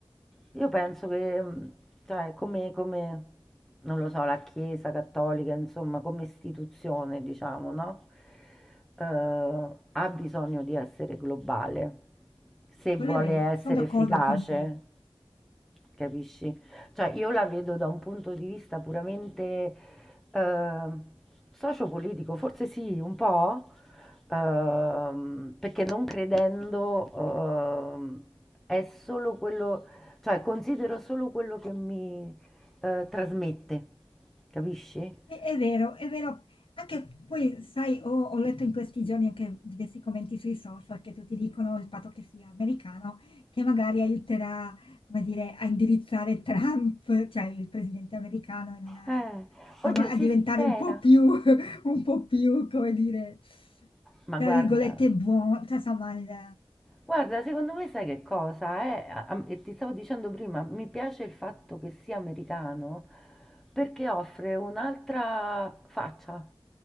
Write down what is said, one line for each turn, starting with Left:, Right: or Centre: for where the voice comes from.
Centre: io penso che, mm, cioè, come, come, non lo so, la Chiesa cattolica, insomma, come istituzione, diciamo, no? Eh, ha bisogno di essere globale, se
Left: Quello
Centre: vuole
Left: è vero,
Centre: essere
Left: sono d'accordo
Centre: efficace
Left: con te.
Centre: capisci? Cioè io la vedo da un punto di vista puramente eh, sociopolitico, forse sì, un po', ehm, perché non credendo ehm, è solo quello, cioè considero solo quello che mi eh, trasmette, capisci?
Left: Sì, è vero, è vero. Anche poi, sai, ho, ho letto in questi giorni anche diversi commenti sui social che tutti dicono il fatto che sia americano, che magari aiuterà, come dire, a indirizzare Trump, cioè il presidente americano, in una-
Centre: Eh,
Left: insomma,
Centre: oddio, si
Left: a diventare
Centre: spera.
Left: un po' più, <laughs> un po' più, come dire,
Centre: Ma
Left: tra
Centre: guarda,
Left: virgolette, buono. Cioè, insomma, il- è
Centre: Guarda, secondo me sai che cosa è? A- a- e ti stavo dicendo prima, mi piace il fatto che sia americano perché offre un'altra faccia